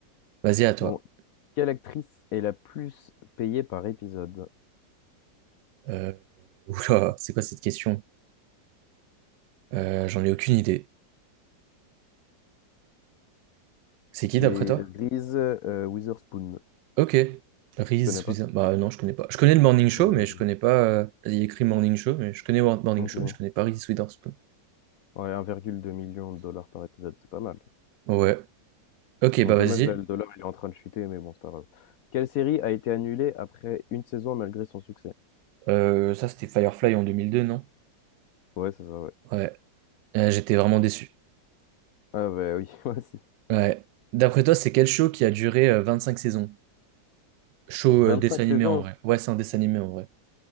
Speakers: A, on the right; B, on the left.
A: vas-y, à toi.
B: Bon, quelle actrice est la plus payée par épisode?
A: Euh... <laughs> Oula, c'est quoi cette question? Euh, j'en ai aucune idée. C'est
B: C'est
A: qui d'après toi?
B: Reese euh, Witherspoon. Tu
A: Ok. Reese
B: connais pas?
A: Witherspoon. Bah non, je connais pas. Je connais le Morning Show,
B: Non, moi
A: mais
B: non
A: je
B: plus.
A: connais pas. euh, Il y a écrit Morning Show, mais je connais Wor- Morning
B: Ok.
A: Show, mais je connais pas Reese Witherspoon.
B: Ouais, 1,2 million de dollars par épisode, c'est pas mal.
A: Ouais. Ok,
B: Bon,
A: bah
B: dommage,
A: vas-y.
B: là, le dollar, il est en train de chuter, mais bon, c'est pas grave. Quelle série a été annulée après une saison malgré son succès?
A: Euh, ça, c'était Firefly en 2002, non?
B: Ouais, c'est ça, ouais.
A: Ouais. Euh, j'étais vraiment déçu.
B: Ah, bah oui, <laughs> moi aussi.
A: Ouais. D'après toi, c'est quel show qui a duré euh, cinq saisons? Show
B: Donc,
A: euh,
B: 25
A: dessin animé
B: saisons.
A: en vrai. Ouais, c'est un dessin animé en vrai.